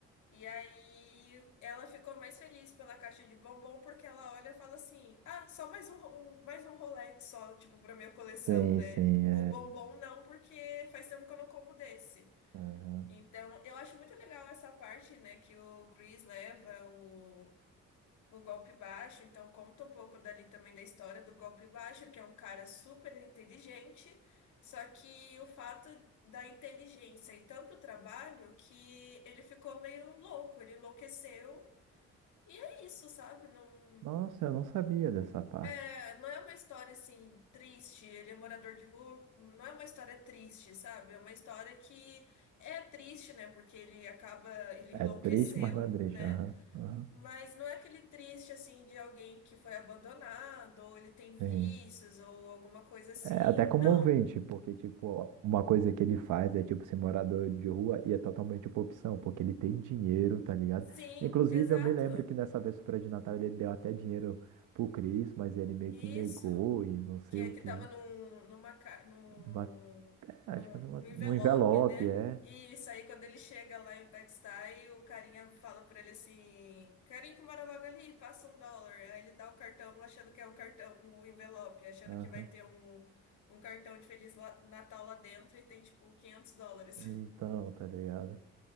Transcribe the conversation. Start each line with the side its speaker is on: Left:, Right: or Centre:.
Left: E aí ela ficou mais feliz pela caixa de bombom porque ela olha e fala assim: Ah, só mais um, um- mais um Rolex só, tipo, pra minha coleção,
Right: Sim,
Left: né?
Right: sim, é.
Left: O bombom não, porque faz tempo que eu não como desse.
Right: Aham.
Left: Então, eu acho muito legal essa parte, né, que o Chris leva o o Golpe Baixo, então conta um pouco dali também da história do Golpe Baixo, que é um cara super inteligente, só que o fato da inteligência e tanto trabalho que ele ficou meio louco, ele enlouqueceu. E é isso, sabe? Não
Right: Nossa, eu não sabia dessa parte.
Left: é, não é uma história assim triste, ele é morador de rua, não é uma história triste, sabe? É uma história que é triste, né? Porque ele acaba, ele
Right: É
Left: enlouqueceu,
Right: triste, mas não é triste.
Left: né?
Right: Aham. Aham.
Left: Mas não é aquele triste assim de alguém que foi abandonado, ou ele tem vícios,
Right: Sim.
Left: ou alguma coisa assim.
Right: É até comovente,
Left: Não.
Right: porque, tipo, uma coisa que ele faz é, tipo, ser morador de rua e é totalmente uma opção, porque ele tem dinheiro, tá ligado?
Left: Sim,
Right: Inclusive,
Left: exato.
Right: eu me lembro que nessa véspera de Natal ele deu até dinheiro pro Chris, mas ele meio
Left: Isso.
Right: que negou e não sei
Left: que é
Right: o
Left: que
Right: quê.
Left: tava num, numa, ca- num,
Right: Uma- é,
Left: num,
Right: acho que numa,
Left: num envelope,
Right: num envelope,
Left: né?
Right: é.
Left: E isso aí, quando ele chega lá em Bed-Stuy, o carinha fala pra ele assim: carinha que mora logo ali, passa um dólar. Aí ele dá o cartão achando que é um cartão, um envelope, achando
Right: Aham.
Left: que vai ter um, um cartão de Feliz La- Natal lá dentro e tem tipo quinhentos dólares.
Right: Então,
Left: <laughs>
Right: tá ligado?